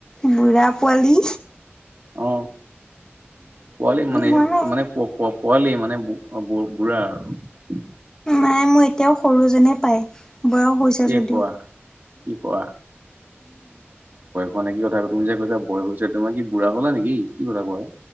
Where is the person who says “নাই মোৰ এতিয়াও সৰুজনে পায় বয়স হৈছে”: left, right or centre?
Left